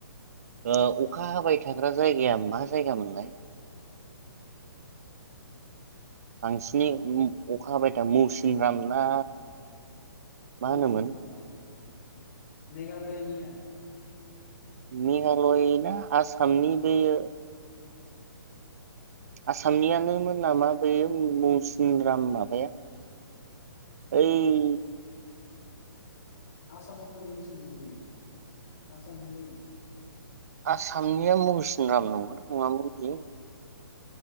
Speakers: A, on the right; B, on the left.
A: ओ अखा हाबाय थाग्रा जायगाया मा जायगामोनलाय? बांसिनै अखा हाबायथा मौसिन राम ना मा
B: मौसिनराम
A: होनोमोन
B: मेघालयानिया
A: मेघालय ना आसामनि बेयो आसामनियानोमोन नामा बे मौसिनराम माबाया ओइ
B: आसामाव बोरै सोमोनदों आसामनि
A: आसामनिया मौसिन राम नगौना नङा मोन बियो